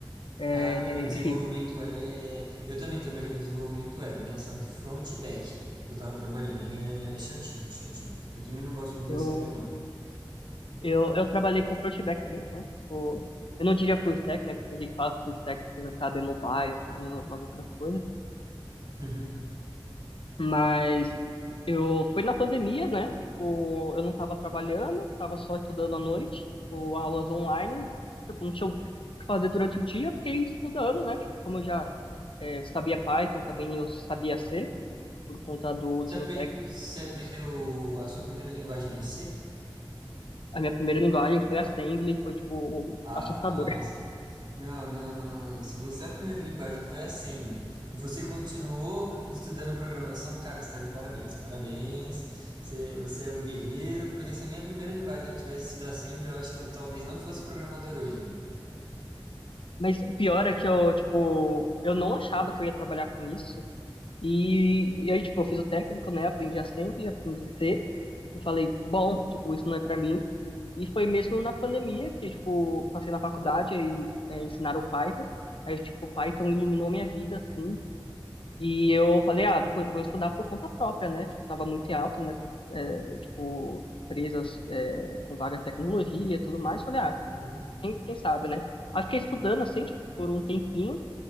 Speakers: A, on the left; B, on the right.
A: É,
B: Ah, é, desenvolvimento
A: enfim,
B: web é... é, Eu também trabalhei com desenvolvimento web, né? Só que front e back que eu tava trabalhando. É, é chatinho, é chatinho. Eu também não gosto muito
A: eu,
B: dessa área, não.
A: eu, eu trabalhei com front e back também, né? Tipo, eu não diria full stack, né? Porque tem gente que fala que full stack você precisa saber mobile também, algumas outras coisas.
B: Uhum.
A: Mas eu foi na pandemia, né? Tipo, eu não tava trabalhando, tava só estudando à noite, tipo, aulas online, tipo, não tinha o que fazer durante o dia, fiquei estudando, né? Tipo, como eu já é, sabia Python, também eu sabia C, por conta do
B: Você
A: ensino
B: apren-
A: técnico.
B: você aprendeu a sua primeira linguagem em E C?
A: A minha primeira linguagem foi Assembly, foi, tipo,
B: Ah,
A: assustador.
B: nossa.
A: <laughs>
B: Não, não, não, não. Se você a primeira linguagem foi Assembly e você continuou estudando programação, cara, você está de parabéns. Parabéns. Você, você é um guerreiro, porque se a minha primeira linguagem tivesse sido Assembly, eu acho que eu talvez não fosse programador hoje, velho.
A: Mas o pior é que eu, tipo, eu não achava que eu ia trabalhar com isso. E, e aí, tipo, eu fiz o técnico, né? Aprendi a assembly, aprendi a ser E falei, bom, tipo, isso não é pra mim. E foi mesmo na pandemia que, tipo, passei na faculdade, aí é, ensinaram o Python. Aí, tipo, o Python iluminou minha vida, assim. E eu falei, ah, vou, co- vou estudar por conta própria, né? Tipo, tava muito em alta nessas, é, tipo, empresas é, com vaga de tecnologia e tudo mais. Falei, ah,
B: Uhum.
A: quem, quem sabe, né? Aí fiquei estudando, assim, tipo, por um tempinho.